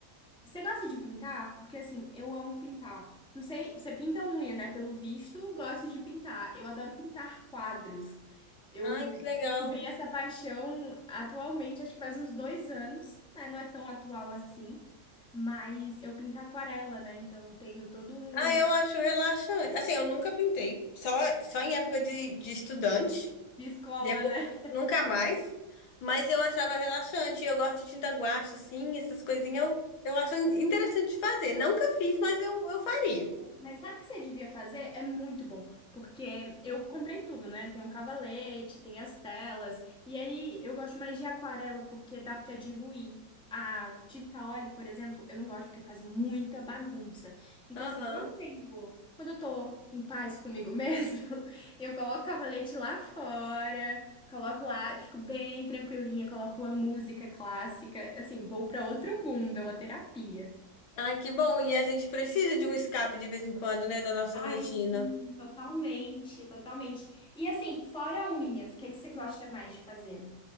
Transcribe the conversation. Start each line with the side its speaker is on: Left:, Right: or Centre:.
Centre: Você gosta de pintar? Porque assim, eu amo pintar. Não sei, você pinta unha, né? Pelo visto, gosto de pintar. Eu adoro pintar quadros. Eu
Left: Ai, que legal.
Centre: descobri essa paixão atualmente, acho que faz uns dois anos, né? Não é tão atual assim, mas eu pinto aquarela, né? Então eu tenho todo um
Left: Ah, eu acho relaxante. Assim, eu nunca pintei, só, só em época de, de estudante,
Centre: de escola,
Left: depois
Centre: né?
Left: nunca mais, mas eu achava relaxante. Eu gosto de tinta guache, assim, essas coisinhas eu, eu acho interessante de fazer. Nunca fiz, mas eu, eu faria.
Centre: Mas sabe o que você devia fazer? É muito bom, porque eu comprei tudo, né? Tem um cavalete, tem as telas, e aí eu gosto mais de aquarela porque dá pra diluir. A tinta óleo, por exemplo, eu não gosto porque faz muita bagunça. Então,
Left: Aham.
Centre: assim, quando eu tenho, quando eu tô em paz comigo mesmo, <laughs> eu coloco o cavalete lá fora, coloco lá, eu fico bem tranquilinha, coloco uma música clássica, assim, vou pra outro mundo, é uma terapia.
Left: Ai, que bom. E a gente precisa de um escape de vez em quando, né, da nossa
Centre: Ai,
Left: rotina.
Centre: sim, totalmente, totalmente. E assim, fora unhas, o que é que você gosta mais de fazer?